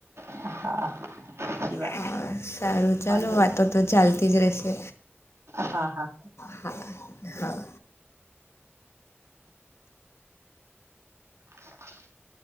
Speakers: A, on the right; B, on the left.
A: હા એી વાત
B: હા
A: છે <inaudible> <unintelligible>
B: સારું ચાલો
A: વાંધો
B: વાતો
A: નહી
B: તો ચાલતી જ રહેશે
A: હા હા
B: હા હા
A: <inaudible> <unintelligible>